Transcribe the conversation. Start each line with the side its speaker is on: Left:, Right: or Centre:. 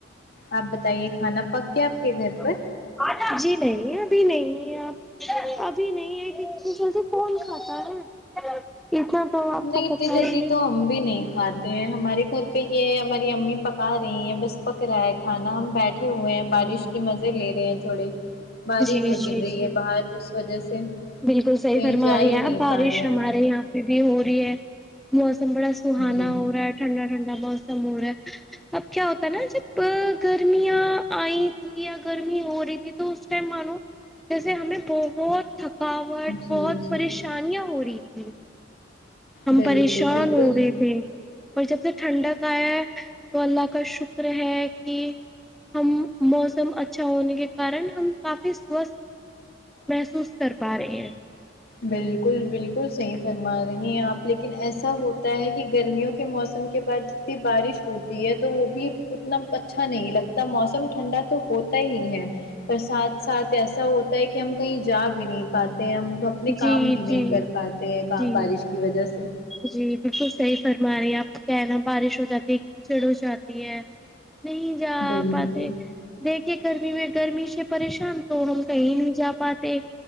Left: آپ بتائیے کھانا پک گیا آپ کے گھر پر
Centre: جی جی نہیں ابھی نہیں آپ ابھی نہیئ اتنی جلدی کون کھاتا ہے اتنا تو آپ
Left: نہیں
Centre: کو
Left: اتنی
Centre: پتہ
Left: جلدی
Centre: ہی ہے
Left: تو ہم بھی نہیں کھاتے ہمارے گھر پہ یہ ہے ہماری امی پکا رہی ہیں بس پک رہا ہے کھانا ہم بیٹھے ہوئے ہیں بارش کی مزے لے رہے ہیں تھوڑے بارش
Centre: جی
Left: جو گر
Centre: جی
Left: رہی
Centre: جی
Left: ہے باہر اس وجہ سے
Centre: بالکل صحیح
Left: کہیں
Centre: فرما
Left: جا
Centre: رہی
Left: ہی
Centre: ہے
Left: نہیں
Centre: آپ بارش
Left: پا رہے ہیں
Centre: ہمارے یہاں ابھی بی ہو رہی ہے موسم بڑا سہانا
Left: جی
Centre: ہو رہا ہے ٹھنڈا ٹھنڈا موسم ہو رہا ہے اب کیا ہوتا ہے نا جب گرمیاں آئی تھی یا گرمی ہو رہی تھی تو مانو جیسے ہمیں بہت تھکاوٹ
Left: جی
Centre: بہت
Left: جی
Centre: پریشانیاں ہو رہی ہم
Left: بالکل
Centre: پریشان
Left: بالکل
Centre: ہو رہے تھے اور جب سے ٹھنڈک آیا تو اللہ کا شکر ہے کہ ہم موسم اچھا ہونے کے کارن ہم کافی سوستھ محسوس کر پا رہے ہیں
Left: بالکل بالکل صحیح فرما رہی ہیں آپ لیکن ایسا ہوتا ہے کہ گرمیوں کے موسم کے بعد کی بارش ہوتی ہے تو وہ بھی اتنا اچھا نہیں لگتا موسم ٹھنڈا تو ہوتا ہی ہے پر ساتھ ساتھ ایسا ہوتا ہے کہ ہم کہیں جا بھی نہیں پاتے ہیں ہم اپنے
Centre: جی
Left: کام بھی نہیں
Centre: جی
Left: کر پاتے ہیں کام
Centre: جی
Left: بارش کی وجہ سے
Centre: جی بالکل صحیح فرما رہی ہیں آپ کیا ہے نا بارش ہو جاتی ہے کیچڑ ہو جاتی ہے نہیں جا
Left: بالکل
Centre: پاتے دیکھیے گرمی میں گرمی سے پریشان تو ہم کہیں نہیں جا پاتے